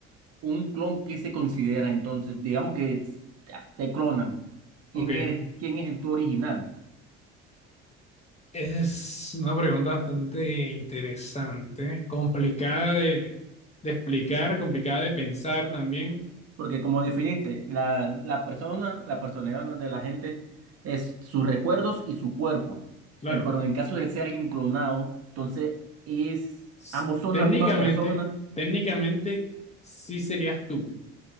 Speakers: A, on the right (about 45°); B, on the left (about 20°).
A: un clon que se considera entonces, digamos que es- te clonan. ¿Quién
B: ok.
A: eres? ¿Quién es el tu original?
B: Es una pregunta bastante interesante, complicada de, de explicar, complicada de pensar también.
A: Porque como definiste, la, la persona, la personalidad de la gente es sus recuerdos y su cuerpo.
B: Claro,
A: Eh, pero en el caso de ser alguien clonado, entonces es,
B: s-
A: ambos son
B: técnicamente,
A: la misma persona.
B: técnicamente sí serías tú.